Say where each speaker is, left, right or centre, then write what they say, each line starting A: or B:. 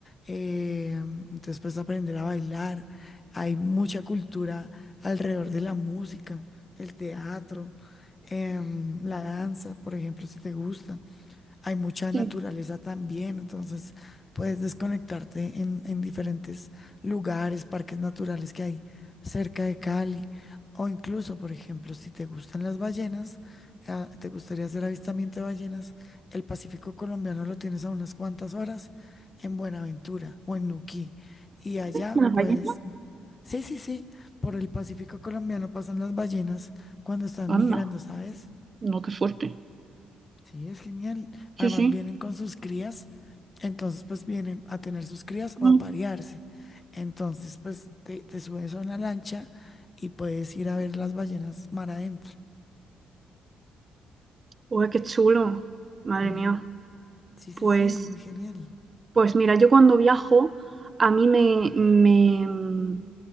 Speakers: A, on the left; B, on the right.
A: eh, entonces puedes aprender a bailar. Hay mucha cultura alrededor de la música, el teatro em, la danza, por ejemplo, si te gusta. Hay mucha naturaleza
B: Sí.
A: también, entonces puedes desconectarte en, en diferentes lugares, parques naturales que hay cerca de Cali, o incluso, por ejemplo, si te gustan las ballenas, ah, te gustaría hacer avistamiento de ballenas, el Pacífico colombiano lo tienes a unas cuantas horas en Buenaventura o en Nuquí, y allá,
B: Una
A: pues,
B: calle.
A: sí, sí, sí, por el Pacífico colombiano pasan las ballenas cuando están
B: Anda.
A: migrando, ¿sabes?
B: No, qué fuerte.
A: Sí, es genial. Además
B: Sí, sí.
A: vienen con sus crías, entonces pues vienen a tener sus crías o
B: Mm.
A: a parearse. Entonces pues te, te subes a una lancha y puedes ir a ver las ballenas mar adentro.
B: Uy, qué chulo. Madre
A: Ujú.
B: mía.
A: Sí, sí,
B: Pues...
A: sí, es muy genial.
B: Pues mira, yo cuando viajo, a mí me, me, mm,